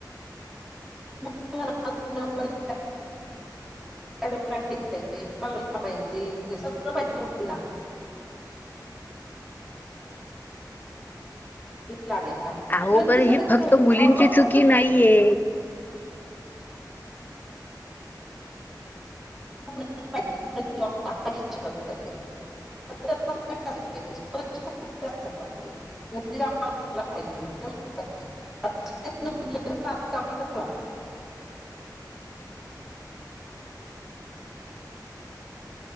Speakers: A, in the centre; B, on the left.
A: म्हणून मला आपल्या मुलांची काळजी गाडी पाहिजे, बंगला पाहिजे सगळं पाहिजे मुलीला लागली आहे का?
B: अहो
A: लगेच
B: पण ही
A: सगळं
B: फक्त
A: ते
B: मुलींची
A: आवडतच
B: चुकी
A: नाही
B: नाहीये
A: जाँब पाहिजे